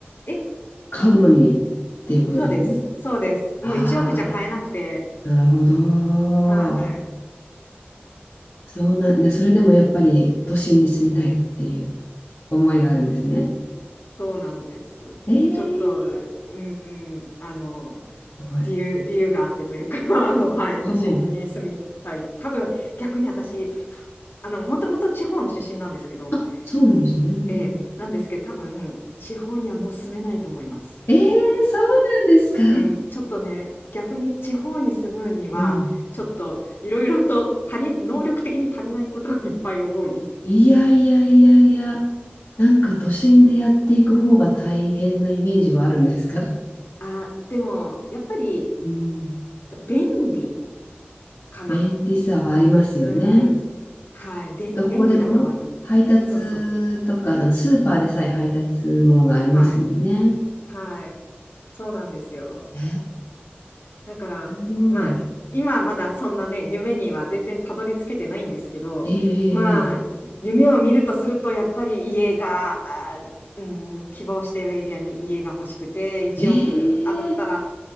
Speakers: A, on the left (about 60°); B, on the left (about 85°).
A: え、
B: 買うのにっていうことですよね。
A: そうです、そうです。
B: あ
A: もう1億じゃ買えなくて、
B: あ、なるほど。
A: はい、
B: そうなんで、それでもやっぱり都心に住みたいっていう思いがあるんですね。
A: そうなんです。
B: ええ
A: ちょっと、うん、うんあの、
B: すごい。
A: 理由、理由があってというか <laughs> あの、はい、都心に住みたい。
B: おー
A: 多分、逆に私、あの、もともと地方の出身なんですけど、
B: あ、そうなんですね。うんうん
A: ええ、なんですけど、多分、地方にはもう住めないと思います。
B: ええそうなんですか
A: うん、ちょっとね、逆に地方に住むには、
B: うん。
A: ちょっといろいろと足り、能力的に足りないことがいっぱい多い。
B: いやいやいやいや、なんか都心でやっていく方が大変なイメージはあるんですか
A: あ、でも、やっぱり、
B: うん。
A: 便利かな。
B: 便利さはありますよね。
A: うん、はい、便便利だと思います。
B: どこでも配達とか、
A: そうそうそう。
B: あのスーパーでさえ配達網がありますもんね。
A: はい。はい。そうなんですよ。
B: え、
A: だから、
B: すごい。
A: まあ、今まだそんなね、夢には全然たどり着けてないんですけど、
B: えええ
A: まあ、夢を見るとすると、やっぱり家が、うん、希望しているエリアに家が欲しくて、1億当たったら、
B: ええええ